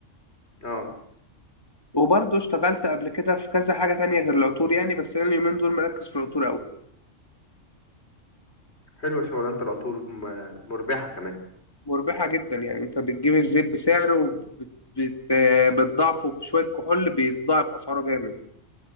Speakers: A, on the left; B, on the left.
A: اه
B: وبرضه اشتغلت قبل كده في كذا حاجة تانية غير العطور يعني بس أنا اليومين دول مركز في العطور أوي
A: حلوة شغلانة العطور م- مربحة كمان
B: مربحة جدا يعني انت بتجيب الزيت بسعره وبت- بت- بتضاعفه بشوية كحول بيتضاعف اسعاره جامد